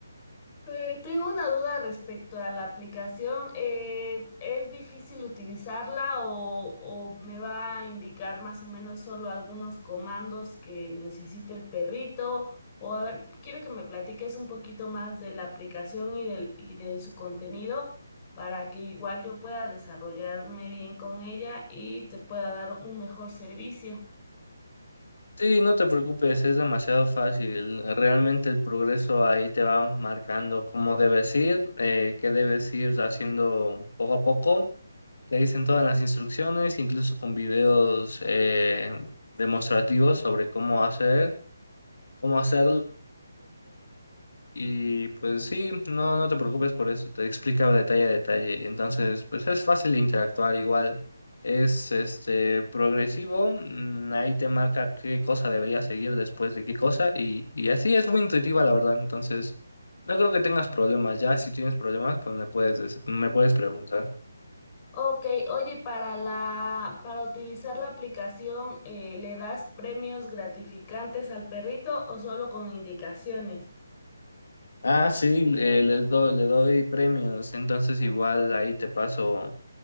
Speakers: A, on the left (about 30°); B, on the left (about 70°).
A: Eh, tengo una duda respecto a la aplicación. Eh, ¿es difícil utilizarla o, o me va a indicar más o menos solo algunos comandos que necesite el perrito? O a ver, quiero que me platiques un poquito más de la aplicación y del, y de su contenido para que igual yo pueda desarrollarme bien con ella y te pueda dar un mejor servicio.
B: Sí, no te preocupes, es demasiado fácil. Realmente el progreso ahí te va marcando cómo debes ir, eh, qué debes ir haciendo poco a poco que dicen todas las instrucciones, incluso con videos eh, demostrativos sobre cómo hacer, cómo hacerlo. Y pues sí, no, no te preocupes por eso, te explica detalle a detalle. Entonces, pues es fácil de interactuar igual. Es este progresivo, mm, ahí te marca qué cosa debería seguir después de qué cosa, y, y así es muy intuitiva, la verdad. Entonces, no creo que tengas problemas. Ya si tienes problemas, pues me puedes, des- me puedes preguntar.
A: Ok, oye, para la, para utilizar la aplicación, eh, ¿le das premios gratificantes al perrito o solo con indicaciones?
B: Ah, sí, eh, les do- le doy premios, entonces igual ahí te paso